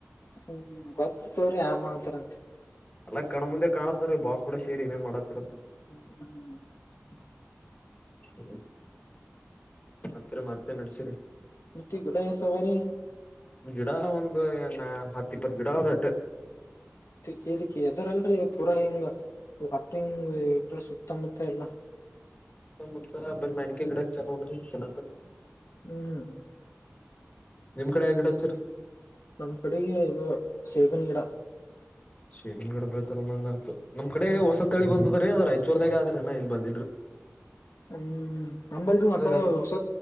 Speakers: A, on the left; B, on the left.
A: ಹ್ಮ್ ಗೊತ್ತ ತವ್ರ <unintelligible> ಮಾಡ್ತಾರಂತೆ
B: ಅಲ್ಲ ಕಣ ಮುಂದೆ ಕಾಣತ್ವ್ರ ಬಾಸ್ ಕೂಡ ಸೇರಿ ಏನ್ ಮಾಡಾತ್ತತಿರತ್ತ
A: ಹ್ಮ್ ಹ್ಮ ಹ್ಮ್
B: ಹ್ಮ ಮತ್ತ ಮತ್ತೆ ನಡ್ಸಿರ
A: ಮತ್ತ ಗುಡ ಸವಾರಿ
B: ಗಿಡ ಒಂದು ಏನ ಹತ್ತ ಇಪ್ಪತ್ ಗಿಡ ಅವ್ರ ಅಟ್ಟ
A: ಮತ್ತೆ ಕೇಳ್ಕ್ಕೆ ಯದಾರಲ್ರಿ ಪೂರಾ ಹಿಂಗ ಒಟ್ಟು ಹಿಂಗ ಇದರು ಸಕ್ತಂಬತ ಇಲ್ಲ
B: ಮುತ ಬರ ಮ್ಯಾನ್ಕಿ ಗಿಡ ಚಾರ್ ನೋಡ್ರಿ ಚೆನ್ನಕ
A: ಹ್ಮ್
B: ನಿಮ್ ಕಡೆ ಆಗಿಡಚರ್
A: ನಮ್ ಕಡೆಗೆ ಇದು ಸೇವನೆ ಗಿಡ
B: ಶೇಮನ್ಗಡೆ ಬೆಳತಾರ ನಂಗ ಆ್ತ ನಮ್ ಕಡೆ
A: ಹ್ಮ್
B: ಹೊಸ ತಳಿ ಬಂದದ ದ್ರ ಐರ್ದಾಗ ಆದ್ರೆಏನ ಇಲ್ ಬಂದಿಲ್ರು
A: ಹ್ಮ್ ನಂಬಲ್ ಭ ಹೊಸ
B: ಹೆಸರು
A: ಹೊಸ